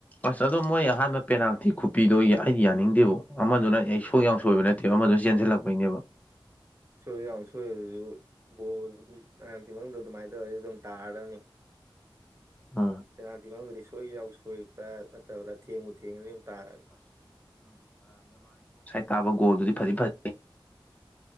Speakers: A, on the left; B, on the right.
A: ꯑꯁ ꯑꯗꯣ ꯃꯣꯏ ꯑꯍꯥꯟꯕ ꯄꯦꯅꯥꯜꯇꯤ ꯈꯨꯄꯤꯗꯣ ꯑꯩꯗꯤ ꯌꯥꯅꯤꯡꯗꯦꯕꯣ ꯑꯃꯗꯨꯅ ꯑꯩ ꯁꯣꯏ ꯌꯥꯝ ꯁꯣꯏꯕ ꯅꯠꯇ ꯑ ꯑꯃꯗ ꯆꯦꯟꯁꯤꯜꯂꯛꯄꯩꯅꯦꯕ
B: ꯁꯣꯏ ꯌꯥꯎ ꯁꯣꯏ ꯑꯗꯨꯁꯨ ꯕꯣꯜ ꯑꯗꯨꯝ ꯃꯌꯥꯝꯁꯤꯤ ꯃꯅꯨꯡꯗ ꯑꯗꯨꯃꯥꯏꯅ ꯇꯧꯔꯗꯤ ꯑꯗꯨꯝ ꯇꯥꯔꯅꯤ
A: ꯎꯝ
B: ꯄꯦꯅꯥꯜꯇꯤ ꯃꯅꯨꯡꯗꯗꯤ ꯁꯣꯏꯒ ꯌꯥꯎ ꯁꯣꯏꯕ ꯈ꯭ꯔ ꯅꯠꯇꯕ꯭ꯔꯥ ꯊꯦꯡꯉꯨ ꯊꯦꯡꯉꯗꯤ ꯑꯗꯨꯝ ꯇꯥꯔꯛꯅꯤ
A: ꯀꯥꯕꯣꯜꯗꯨꯗꯤ ꯐꯦ